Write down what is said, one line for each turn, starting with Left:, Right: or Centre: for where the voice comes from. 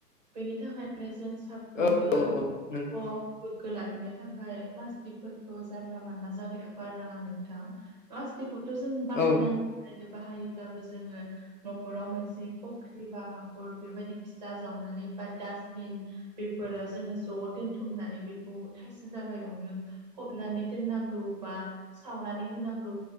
Right: बेनि थाखायनो जों साब साफ्रोमबो
Left: औ औ औ नंगौ
Right: <unintelligible> गोग्गो लाखिनो थाखाय प्लास्टिकफोरखौ जानला मानला जागायाव गारनाङा नोंथां। प्लास्टिकखौथ' जों
Left: औ
Right: <unintelligible> जायो बाहायोब्लाबो जोङो न'खराव मोनसे फख्रि बा हा खर बेबायदि फिसा जावनानै बा दासबिन बेफोराव जोङो ज' दोनथुमनानै बेखौ थाइसे जागायावनो फबनानै दोननांगौ बा सावनानै होनांगौ।